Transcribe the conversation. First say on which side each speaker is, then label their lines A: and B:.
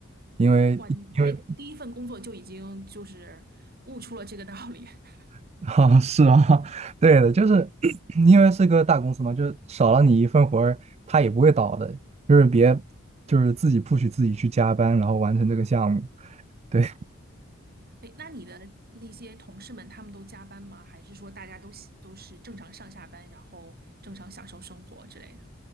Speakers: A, on the right; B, on the right.
A: 因为因为
B: 哇，你才第一份工作就已经就是悟出了这个道理。<laughs>
A: <laughs> 啊，是啊，<laughs> 对的，就是 <clears throat> 因为是个大公司嘛，就是少了你一份活儿，他也不会倒的。就是别，就是自己不许自己去加班，然后完成这个项目。对，
B: 哎，那你的那些同事们，他们都加班吗？还是说大家都喜都是正常上下班，然后正常享受生活之类的？